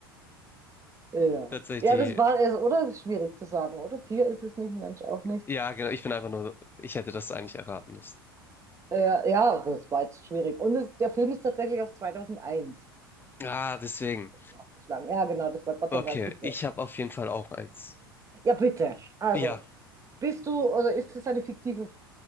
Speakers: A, on the right; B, on the left.
A: Ja.
B: Tatsächlich
A: Ja, das war es, oder? Das ist schwierig zu sagen, oder? Tier ist es nicht, Mensch auch nicht.
B: Ja, genau. Ich bin einfach nur, so, ich hätte das eigentlich erraten müssen.
A: Äh, ja, das war jetzt schwierig. Und es, der Film ist tatsächlich aus 2001
B: Ah, deswegen.
A: nachgeschlagen. Ja, genau, das war Gott
B: Okay,
A: an der Kippe.
B: ich habe auf jeden Fall auch eins.
A: Ja, bitte. Also,
B: Ja,
A: bist du, oder ist es eine fiktive